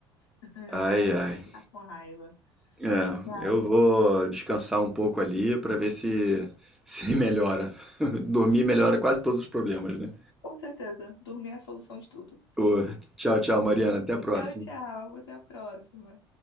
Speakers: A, on the left; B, in the centre.
A: <laughs>
B: Ai,
A: Né? A
B: ai.
A: gente fica com raiva.
B: É,
A: Não,
B: eu vou descansar um pouco ali pra ver se se <laughs> melhora. Dormir melhora quase todos os problemas, né?
A: com certeza, dormir é a solução de tudo.
B: Ô, tchau, tchau, Mariana. Até a próxima.
A: Tchau, tchau, até a próxima.